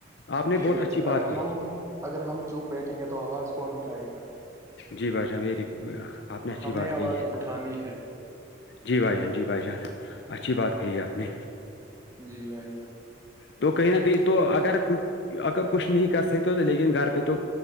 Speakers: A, on the left; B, on the right.
A: آپ نے
B: جی
A: بہت
B: بھائی
A: اچھی
B: جن
A: بات
B: اگر
A: کہی
B: ہم اگر ہم چپ بیٹھیں گے تو آواز کون اٹھائے گا
A: جی بھائی جان ویری آپ نے اچھی
B: ہمیں
A: بات
B: آواز
A: کہی ہے
B: اٹھانی ہے
A: جی بھائی جان جی بھائی جان اچھی بات کہی ہے آپ نے
B: جی بھائی جان
A: تو کہیں نہ کہیں تو اگر کچھ اگر کچھ نہیں کر سکتے تو لیکن گھر پہ تو